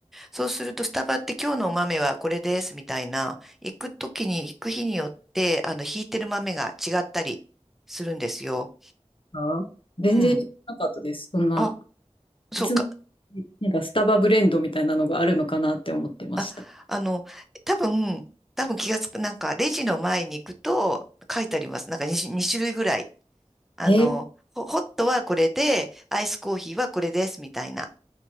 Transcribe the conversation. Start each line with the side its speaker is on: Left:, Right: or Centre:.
Centre: そうすると、スタバって今日のお豆はこれですみたいな、行く時に行く日によって、あの、引いてる豆が違ったりするんですよ。
Left: あ全然知らなかったです。
Centre: うん。
Left: そんな、
Centre: あ、そうか。
Left: いつも、なんかスタバブレンドみたいなのがあるのかなって思ってました。
Centre: あ、あの、多分、多分気がつく、なんか、レジの前に行くと書いてあります。なんか2、二種類ぐらい。あの、
Left: え
Centre: ホホットはこれで、アイスコーヒーはこれですみたいな。